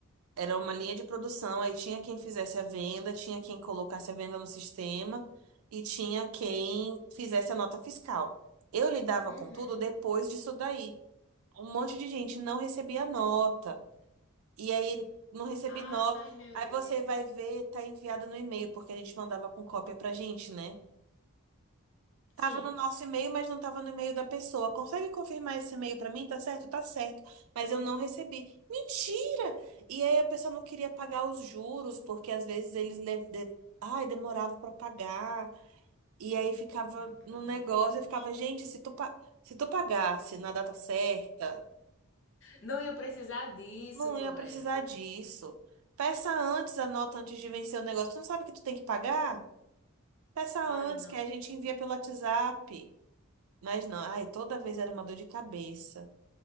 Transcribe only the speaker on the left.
Uhum.
Ai,
meu
Deus.
Sim.
Não, pelo
amor
de Deus.
Não ia precisar disso,
colega.
Ai,
não.